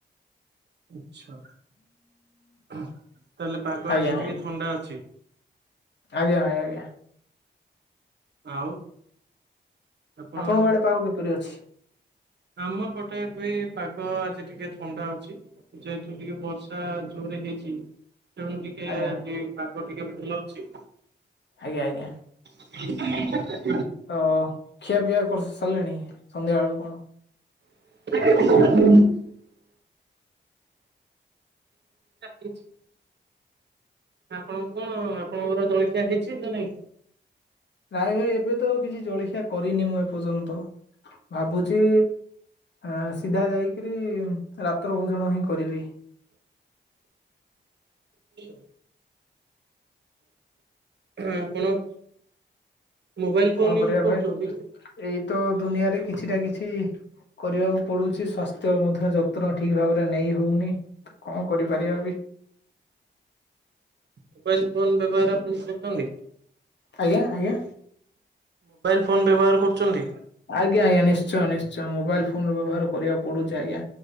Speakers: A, on the right (about 65°); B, on the left (about 65°).
A: ଆଚ୍ଛା ତାହେଲେ ପାଗ
B: ଆଜ୍ଞା
A: ଆଜି
B: ଭାଇ
A: ଟିକେ ଥଣ୍ଡା ଅଛି।
B: ଆଜ୍ଞା ଭାଇ ଆଜ୍ଞା।
A: ଆଉ। ଆପଣ
B: ଆପଣଙ୍କ ଆଡେ ପାଗ କିପରି ଅଛି?
A: ଆମ ପଟେ ବି ପାଗ ଆଜି ଟିକେ ଥଣ୍ଡା ଅଛି ଯେହେତୁ ଟିକେ ବର୍ଷା ଜୋରେ ହେଇଛି। ତେଣୁ ଟିକେ
B: ଆଜ୍ଞା
A: ଆଜି ପାଗ ଟିକେ ଭଲ ଅଛି।
B: ଆଜ୍ଞା ଆଜ୍ଞା।
A: <unintelligible>
B: ତ ଖିଆ ପିଆ କରି ସାରିଲେଣି ସନ୍ଧ୍ୟା ବେଳୁ କଣ।
A: <unintelligible> <inaudible> ଆପଣ କଣ ଆପଣଙ୍କର ଜଳଖିଆ ହେଇଛି ନା ନାଇଁ।
B: ନାଇଁ ଭାଇ ଏବେ ତ କିଛି ଜଳଖିଆ କରିନି ମୁଁ ଏପର୍ଯ୍ୟନ୍ତ ଭାବୁଛି ଆ ସିଧା ଯାଇକିରି ରାତ୍ର ଭୋଜନ ହିଁ କରିବି।
A: <inaudible> <unintelligible> ହଁଆ ଆପଣ। ମୋବାଇଲ ଫୋନ
B: କଣ କରିବା
A: ୟୁଜ କରୁଛନ୍ତି
B: ଭାଇ ଏଇ ତ ଦୁନିଆରେ କିଛିଟା କିଛି କିଛି କରିବାକୁ ପଡୁଛି ସ୍ଵାସ୍ଥ୍ୟ ମଧ୍ୟ ଯତ୍ନ ଠିକ ଭାବରେ ନେଇ ହଉନି। ତ କଣ କରିପାରିବା ବି।
A: ମୋବାଇଲ ଫୋନ ବ୍ୟବହାର ଆପଣ କରୁଚନ୍ତି?
B: ଆଜ୍ଞା ଆଜ୍ଞା।
A: ଫୋନ୍ ବ୍ୟବହାର କରୁଛନ୍ତି?
B: ଆଜ୍ଞା ଆଜ୍ଞା ନିଶ୍ଚୟ ନିଶ୍ଚୟ ମୋବାଇଲ ଫୋନ ର ବ୍ୟବହାର କରିବାକୁ ପଡୁଛି ଆଜ୍ଞା